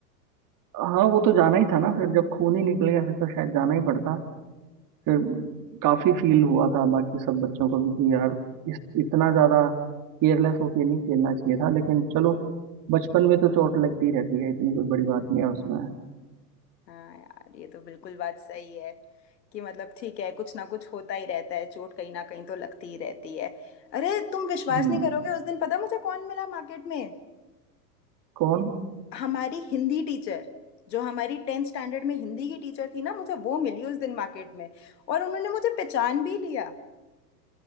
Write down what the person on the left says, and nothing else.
हाँ यार ये तो बिल्कुल बात सही है कि मतलब ठीक है कुछ ना कुछ होता ही रहता है चोट कहीं ना कहीं तो लगती ही रहती है अरे तुम विश्वास
नहीं करोगे उस दिन पता मुझे कौन मिला मार्केट में
हमारी हिंदी टीचर जो हमारी टेंथ स्टैंडर्ड में हिंदी की टीचर थी ना मुझे वो मिली उस दिन मार्केट में और उन्होंने मुझे पहचान भी लिया